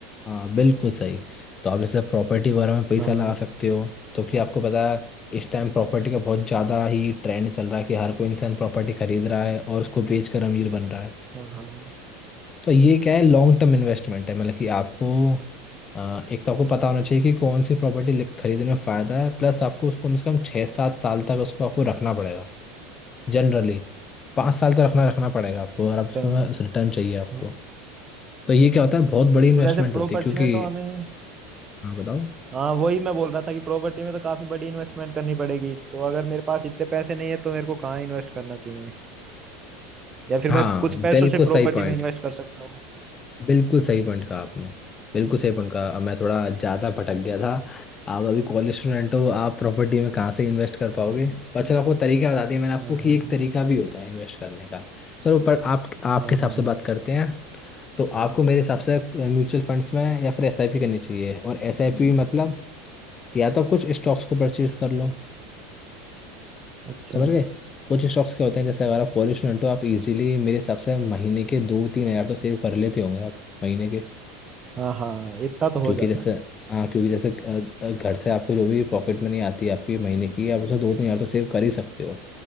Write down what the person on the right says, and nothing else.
हाँ
हाँ हाँ
तो
हाँ
तो जैसे प्रॉपर्टी
में तो हमें
हाँ वही मैं बोल रहा था कि प्रॉपर्टी में तो काफी बड़ी इन्वेस्टमेंट करनी पड़ेगी तो अगर मेरे पास इतने पैसे नहीं है तो मेरे को कहाँ इन्वेस्ट करना चाहिए या फिर
मैं कुछ पैसों
से
प्रॉपर्टी
में इन्वेस्ट कर सकता हूँ
हाँ
हाँ
हाँ
हाँ,
अच्छा
हाँ हाँ इतना तो हो
जाता
है